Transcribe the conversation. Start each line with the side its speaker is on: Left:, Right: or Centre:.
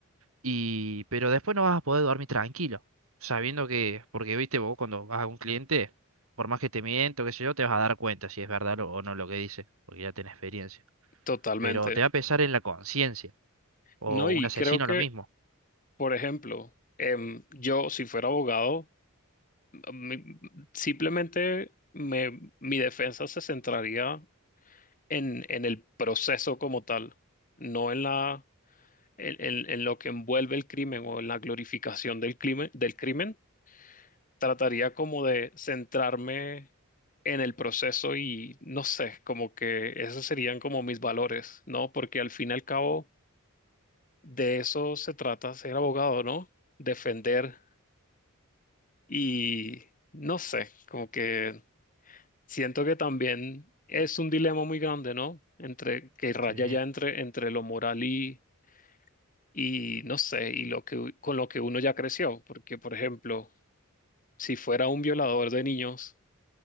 Right: Y, pero después no vas a poder dormir tranquilo, sabiendo que, porque viste vos cuando vas a un cliente, por más que te miento, qué sé yo, te vas a dar cuenta si es verdad lo- o no lo que dice, porque ya tenés experiencia.
Left: Totalmente.
Right: Pero te va a pesar en la conciencia, o
Left: No, y
Right: un asesino
Left: creo que,
Right: lo mismo.
Left: por ejemplo, em, yo si fuera abogado, mi- simplemente me- mi defensa se centraría en, en el proceso como tal, no en la, en, en- en lo que envuelve el crimen o en la glorificación del crimen, del crimen. Trataría como de centrarme en el proceso y no sé, como que esos serían como mis valores, ¿no? Porque al fin y al cabo de eso se trata ser abogado, ¿no? Defender y no sé, como que Siento que también es un dilema muy grande, ¿no? Entre que raya
Right: Sí,
Left: ya entre, entre lo moral y, y no sé, y lo que u- con lo que uno ya creció. Porque, por ejemplo, si fuera un violador de niños